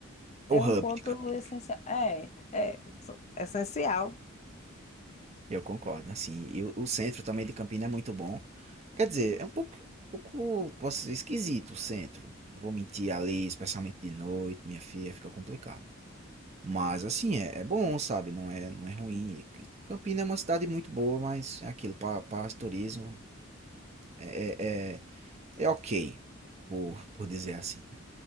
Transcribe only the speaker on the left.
é
um ponto
essencial. É, é so- essencial.